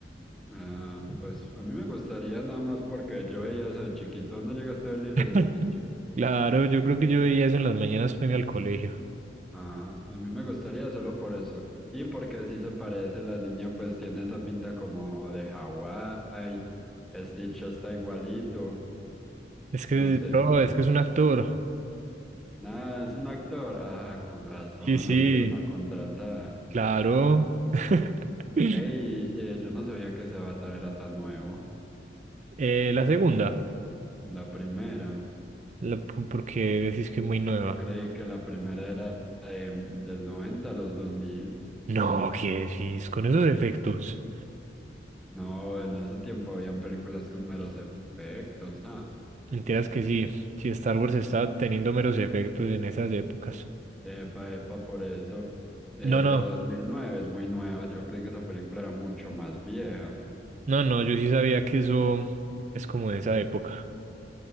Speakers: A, in the centre; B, on the right.
A: Ah, pues a mí me gustaría nada más porque yo veía eso de chiquito. ¿No llegaste a ver Lilo
B: <laughs>
A: y Stitch?
B: Claro, yo creo que yo veía eso en las mañanas para irme al colegio.
A: Ah, a mí me gustaría solo por eso. Y porque sí se parece, la niña pues tiene esa pinta como de Hawái, Stitch está igualito,
B: Es que,
A: no sé.
B: bro, es que es un actor.
A: Ah, es un actor. Ah, con razón,
B: Sí, sí,
A: lo volvieron a contratar.
B: claro. <laughs>
A: Ey, eh, yo no sabía que ese Avatar era tan nuevo.
B: Eh, la segunda,
A: La primera.
B: la- porque decís que es muy nueva.
A: Yo creí que la primera era eh, del 90 a los dos mil
B: No, ¿qué decís? Con esos efectos.
A: No, en ese tiempo habían películas con meros efectos, ah.
B: Mentiras que sí, si Star Wars está teniendo meros efectos en esas épocas.
A: Epa, epa, por eso. Eh,
B: No, no,
A: pero 2009 es muy nueva. Yo creí que esa película era mucho más vieja.
B: no, no, yo sí sabía que eso es como de esa época.